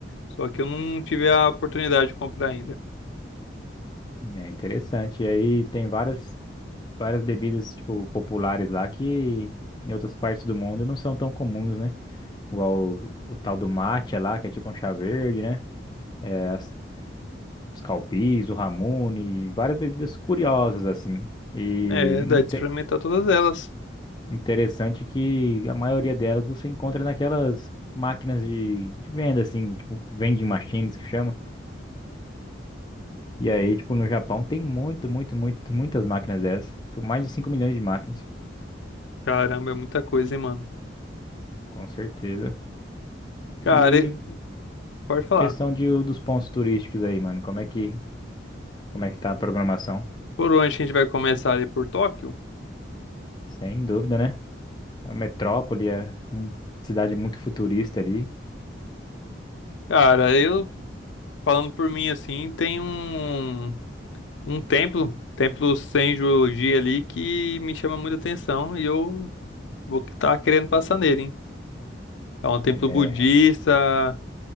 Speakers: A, on the left (about 80°); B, on the left (about 25°).
A: Só que eu não tive a oportunidade de comprar ainda.
B: É interessante. E aí tem várias, várias bebidas, tipo, populares lá que em outras partes do mundo não são tão comuns, né? Igual o, o tal do matcha lá, que é tipo um chá verde, né? É as- os calpis, o ramune, várias bebidas curiosas, assim. E
A: É,
B: inte-
A: dá de experimentar todas elas.
B: interessante que a maioria delas você encontra naquelas máquinas de, de venda, assim, tipo, vending machines que chama. E aí, tipo, no Japão tem muito, muito, muito, muitas máquinas dessas. Tipo, mais de 5 milhões de máquinas.
A: Caramba, é muita coisa, hein, mano.
B: com certeza.
A: Cara,
B: E
A: e- pode falar.
B: questão de, dos pontos turísticos aí, mano, como é que, como é que tá a programação?
A: Por onde a gente vai começar ali por Tóquio?
B: Sem dúvida, né? É uma metrópole, é uma cidade muito futurista ali,
A: Cara, eu, falando por mim assim, tem um, um templo, templo Senju-ji ali, que me chama muita atenção e eu vou estar querendo passar nele, hein? É um templo
B: é
A: budista,